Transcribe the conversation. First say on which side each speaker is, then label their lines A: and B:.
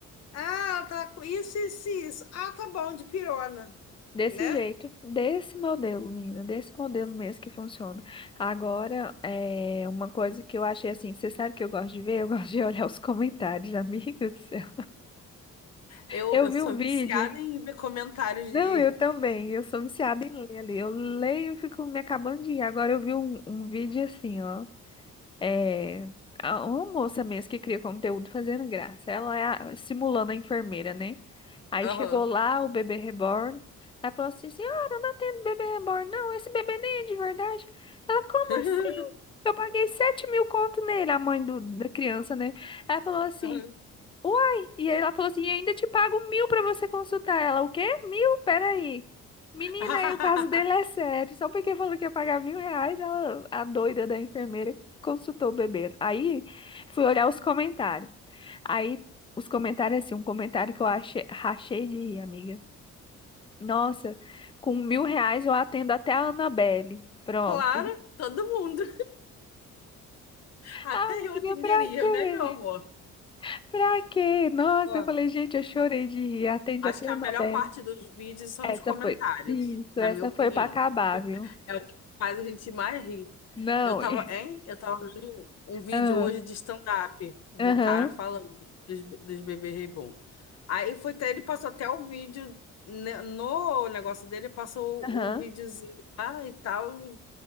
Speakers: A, on the left; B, on the left.
A: ah, ela tá com isso, isso, e isso. Ah, tá bom, de pirona,
B: Desse
A: né?
B: jeito, desse modelo, menina, desse modelo mesmo que funciona. Agora, é uma coisa que eu achei assim, você sabe que eu gosto de ver? Eu <laughs> gosto de olhar os comentários, amiga do céu.
A: Eu,
B: Eu
A: eu
B: vi
A: sou
B: o vídeo.
A: viciada em ver comentários de.
B: Não, eu também, eu sou viciada em ler ali. Eu leio e fico me acabando de ir. Agora eu vi um, um vídeo assim, ó. É, a- uma moça mesmo que cria conteúdo fazendo graça. Ela é a- simulando a enfermeira, né? Aí
A: Aham.
B: chegou lá o bebê reborn. Ela falou assim: Senhora, eu não atendo bebê reborn, não. Esse bebê nem é de verdade. Ela, como
A: <laughs>
B: assim? Eu paguei 7 mil conto nele, a mãe do, da criança, né? Ela falou assim:
A: Aham.
B: Uai! E aí ela falou assim: E ainda te pago mil pra você consultar. Ela, o quê? Mil? Peraí. Menina,
A: <laughs>
B: aí o caso dele é sério. Só porque falou que ia pagar mil reais, ela, a doida da enfermeira consultou o bebê. Aí fui olhar os comentários. Aí, os comentários, assim, um comentário que eu achei, rachei de rir, amiga. Nossa, com mil reais eu atendo até a Annabelle. Pronto.
A: Claro,
B: <laughs>
A: todo mundo. Até
B: Amiga,
A: eu atenderia,
B: pra quê?
A: né, meu amor?
B: Pra quê? Nossa,
A: Ó,
B: eu falei, gente, eu chorei de rir. Atende
A: Acho
B: até
A: que
B: a
A: a
B: Annabelle.
A: melhor parte dos vídeos são
B: Essa
A: os comentários,
B: foi. Isso,
A: na
B: essa
A: minha opinião.
B: foi pra acabar, viu?
A: É o que faz a gente mais rir.
B: Não.
A: Eu tava,
B: e-
A: hein? Eu tava vendo um vídeo
B: ah,
A: hoje de stand-up do
B: Aham,
A: cara falando dos, dos bebês reborn. Aí foi até, ele passou até o vídeo né, no negócio dele, passou
B: aham,
A: o, o videozinho lá e tal. Falei